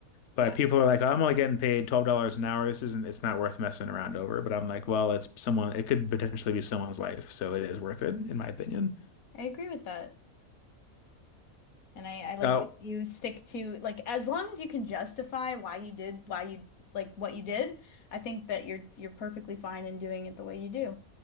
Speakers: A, on the left; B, on the left.
A: But
B: Yeah.
A: people are like, oh, I'm only getting paid twelve dollars an hour. This isn't, it's not worth messing around over. But I'm like, well, it's someone, it could potentially be someone's life, so it is worth it, in my opinion.
B: I agree with that. And I, I like
A: Oh,
B: that you stick to like as long as you can justify why you did why you like what you did, I think that you're you're perfectly fine in doing it the way you do.